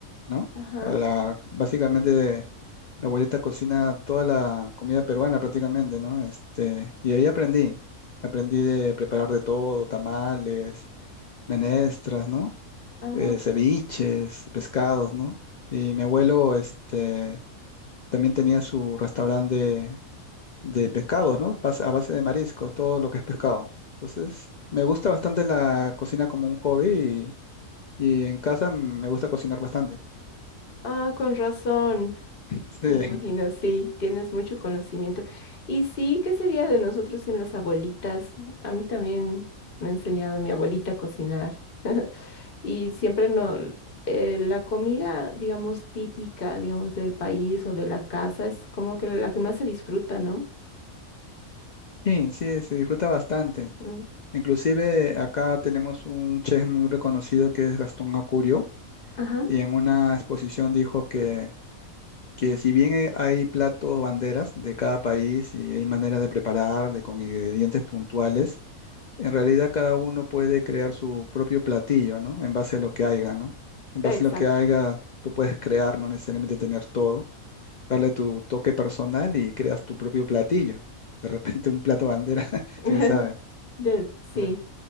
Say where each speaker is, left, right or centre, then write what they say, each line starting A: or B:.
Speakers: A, on the left; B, on the left.
A: ¿no?
B: Ajá.
A: A la- básicamente, mi abuelita cocina toda la comida peruana prácticamente, ¿no? Este, y ahí aprendí. Aprendí de preparar de todo, tamales menestras, ¿no?
B: Ah,
A: Eh,
B: ok.
A: ceviches, pescados, ¿no? Y mi abuelo, este, también tenía su restaurante de, de pescados, ¿no? Base- A base de mariscos, todo lo que es pescado. Entonces, me gusta bastante la cocina como un hobby y, y en casa me gusta cocinar bastante.
B: Ah, con razón.
A: Sí,
B: Me imagino, sí, tienes mucho conocimiento. Y sí, ¿qué sería de nosotros sin las abuelitas? A mí también me ha enseñado mi abuelita a cocinar. <laughs> Y siempre no, eh, la comida, digamos, típica, digamos, del país o de la casa es como que la que más se disfruta, ¿no?
A: <laughs> sí, sí, se disfruta bastante.
B: Ujú.
A: Inclusive acá tenemos un chef muy reconocido que es Gastón Acurio
B: Ajá,
A: y en una exposición dijo que que si bien eh, hay platos banderas de cada país y hay maneras de prepararle con ingredientes puntuales, en realidad cada uno puede crear su propio platillo, ¿no? En base a lo que haya, ¿no? En base
B: exacto.
A: a lo que haya, tú puedes crear, no necesariamente tener todo, darle tu toque personal y creas tu propio platillo. De repente un plato bandera, <laughs>
B: <laughs>
A: quién sabe.
B: De- sí.
A: Sí.